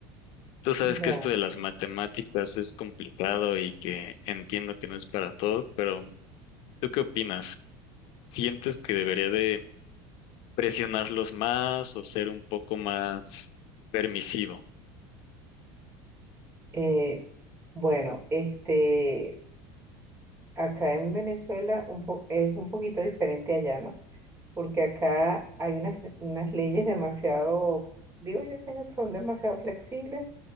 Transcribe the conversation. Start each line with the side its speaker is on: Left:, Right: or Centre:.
Left: Tú sabes
Right: Ya,
Left: que esto de las matemáticas es complicado y que entiendo que no es para todos, pero ¿tú qué opinas? ¿Sientes que debería de presionarlos más o ser un poco más permisivo?
Right: eh, bueno, este, acá en Venezuela un po- es un poquito diferente allá, ¿no? Porque acá hay unas, unas leyes demasiado, digo yo que son demasiado flexibles,